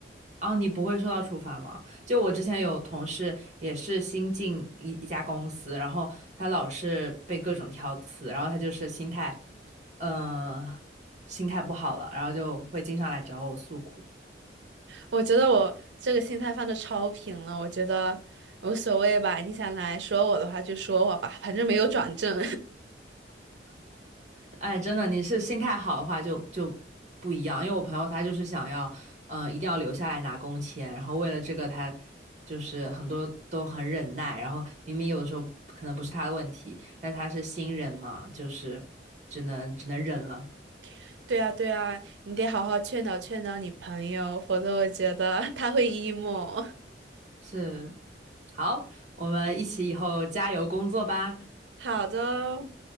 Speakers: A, on the right; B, on the right.
A: 哦，你不会受到处罚吗？就我之前有同事也是新进一一家公司，然后他老是被各种挑刺，然后他就是心态，嗯，心态不好了，然后就会经常来找我诉苦。
B: 我觉得我这个心态放的超平了，我觉得无所谓吧。你想来说我的话就说我吧，反正没有转正。
A: 哎，真的，你是心态好的话就就不一样。因为我朋友他就是想要，呃，一定要留下来拿工签，然后为了这个他就是很多都很忍耐，然后明明有的时候可能不是他的问题，但他是新人嘛，就是只能只能忍了。
B: <laughs> 对啊，对啊，你得好好劝导劝导你朋友，否则我觉得 <laughs> 他会 emo。<laughs>
A: 是，好，我们一起以后加油工作吧。
B: 好的哦。